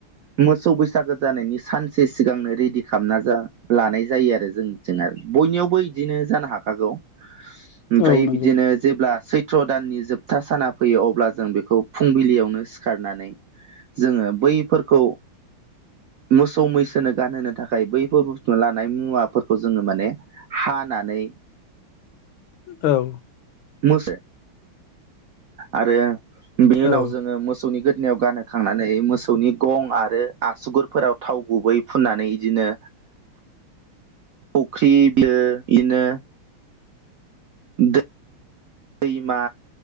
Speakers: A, on the right; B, on the left.
A: मोसौ बैसागो जानायनि सानसे सिगांनो रेडि खालामना लानाय जायो आरो जोंनिथिं जाय आरो बयनियावबो बिदिनो जानो हाखागौ।
B: <inaudible>
A: ओमफ्राय
B: नंगौ
A: बिदिनो जेब्ला सैथ्र दाननि जोबथा साना फैयो अब्ला जों बेखौ फुंबिलियावनो सिखारनानै जोङो बैफोरखौ मोसौ मैसो <unintelligible> गानहोनो थाखाय बैफोर बुस्थुना लानाय मुवाफोरखौ जोङो माने हानानै।
B: औ
A: मोसे आरो बेनि उनाव
B: औ
A: जोङो मोसौनि गोदनायाव गानो। खांनानै मोसौनि गं आरो आसुगुरफोराव थाव गुबै फुननानै इदिनो फख्रि बिलो इदिनो दै-दैमा